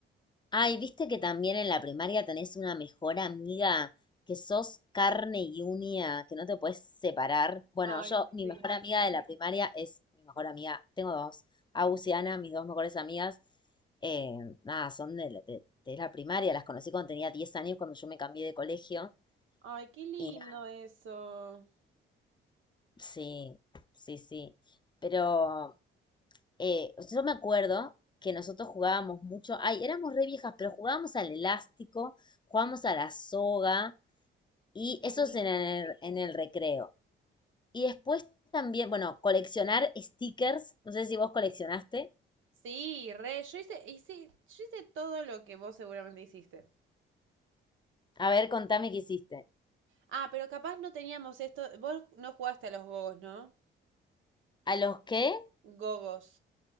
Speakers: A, on the left; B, on the right.
A: Ay, viste que también en la primaria tenés una mejor amiga que sos carne y uña, que no te puedes separar. Bueno,
B: Ay,
A: yo, mi
B: sí.
A: mejor amiga de la primaria es mi mejor amiga, tengo dos, Agus y Ana, mis dos mejores amigas. eh, nada, son de, la de- de la primaria, las conocí cuando tenía 10 años, cuando yo me cambié de colegio.
B: Ay, qué lindo
A: Y nada,
B: eso.
A: sí, sí, sí. Pero Eh, o sea, yo me acuerdo que nosotros jugábamos mucho, ay, éramos re viejas, pero jugábamos al elástico, jugábamos a la soga, y eso
B: Sí.
A: es en el, en el recreo. Y después también, bueno, coleccionar stickers, no sé si vos coleccionaste.
B: Sí, re, yo hice, hice, yo hice todo lo que vos seguramente hiciste.
A: A ver, contame qué hiciste.
B: Ah, pero capaz no teníamos esto. Vos no jugaste a los gogos, ¿no?
A: ¿A los qué?
B: Gogos.